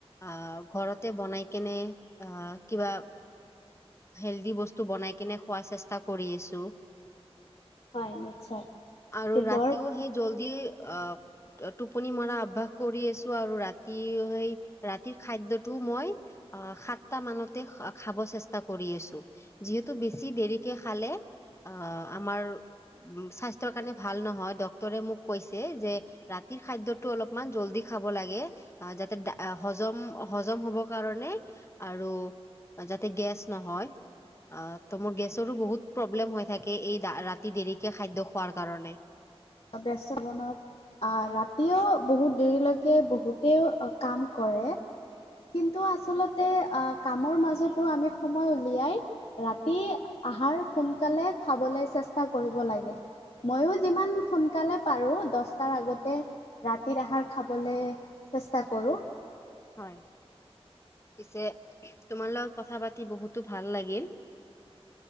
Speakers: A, on the left (about 25°); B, on the left (about 65°).
A: আহ ঘৰতে বনাই কেনে আহ কিবা হেল্ডি বস্তু বনাই কিনে খোৱা চেষ্টা কৰি আছো।
B: হয় নিশ্চয়
A: আৰু
B: এইটো
A: ৰাতিও
B: বৰ
A: সেই জল্দি আ টোপনি মৰা অভ্যাস কৰি আছো আৰু ৰাতি সেই ৰাতিৰ খাদ্যটো মই আ সাতটা মানতে খা খাব চেষ্টা কৰি আছো। যিহেতু বেছি দেৰিকে খালে আ আমাৰ স্বাস্থ্যৰ কাৰণে ভাল নহয় ডক্তৰে মোক কৈছে কৈছে যে ৰাতিৰ খাদ্যটো অলপমান জল্দি খাব লাগে। আ যাতে হজম হজম হব কাৰণে আৰু আ যাতে গেছ নহয়। আ ত' মোৰ গেছৰো বহুত প্ৰব্লেম হৈ থাকে এই ৰাতি দেৰিকে খাদ্য খোৱাৰ কাৰণে।
B: ব্যস্ত বনত আ ৰাতিও বহুত দেৰিলৈকে বহুতেও কাম কৰে। কিন্তু আচলতে আ কামৰ মাজতো আমি সময় উলিয়াই ৰাতি আহাৰ সোনকালে খাবলৈ চেষ্টা কৰিব লাগে। ময়ো যিমান সোনকালে পাৰোঁ, দচটাৰ আগতে ৰাতিৰ আহাৰ খাবলৈ চেষ্টা কৰোঁ।
A: হয়, পিছে তোমাৰ লগত কথা পাতি বহুতো ভাল লাগিল।